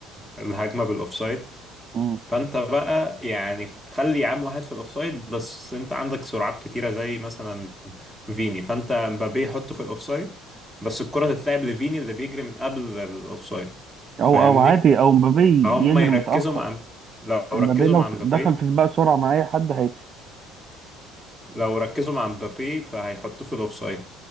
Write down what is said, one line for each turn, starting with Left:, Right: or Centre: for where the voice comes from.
Centre: الهجمه بالاوفسايد
Right: مم.
Centre: فانت بقى يعني خلي عام واحد في الاوفسايد بس انت عندك سرعات كتيره زي مثلا فيني فانت مبابي يحطه في الاوفسايد بس الكره تتلعب لفيني اللي بيجري من قبل الاوفسايد
Right: او
Centre: فاهمني
Right: او عادي او امبابي
Centre: فهم
Right: يجري
Centre: يركزوا
Right: متاخر
Centre: مع لو ركزوا
Right: امبابي لو
Centre: مع مبابي
Right: دخل في سباق سرعه مع اي حد هيكسب
Centre: لو ركزوا مع مبابي فهيحطوه في الاوفسايد